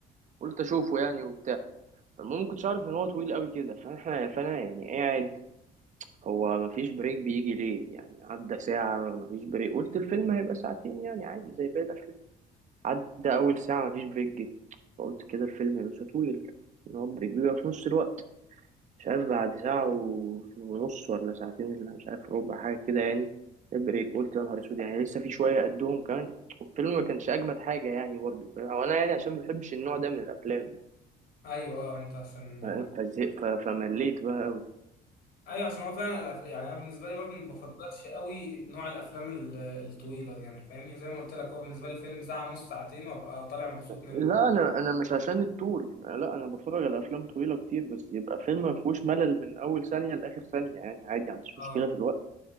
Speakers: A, on the right; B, on the left.
A: قلت أشوفه يعني وبتاع المهم ما كنتش أعرف إن هو طويل قوي كده فإحنا فأنا يعني قاعد هو ما فيش بريك بيجي ليه يعني عدى ساعة ما فيش بريك قلت الفيلم هيبقى ساعتين يعني عادي زي باقي الأفلام عدى أول ساعة مفيش بريك جه فقلت كده الفيلم مش هطول إن هو بريك بيبقى في نص الوقت مش عارف بعد ساعة و- ونص ولا ساعتين ولا مش عارف ربع حاجة كده يعني البريك قلت يا نهار أسود يعني لسه في شوية قدهم كمان والفيلم ما كانش أجمد حاجة يعني برضه وأنا يعني عشان ما بحبش النوع ده من الأفلام
B: ايوه اه انت عشان
A: فاهم؟ فزهق- ف- فمليت بقى أوي
B: ايوه عشان هو فعلا الأفلام يعني انا بالنسبه لي برضه ما بفضلش قوي نوع الافلام ال- الطويله دي يعني فاهمني زي ما قلت لك هو بالنسبه لي فيلم ساعه ونص ساعتين وابقى طالع مبسوط منه
A: لا أنا أنا مش عشان الطول لا أنا بتفرج على أفلام طويلة كتير بس يبقى فيلم ما فيهوش ملل من أول ثانية لآخر ثانية يعني عادي ما عنديش
B: اه
A: مشكلة في الوقت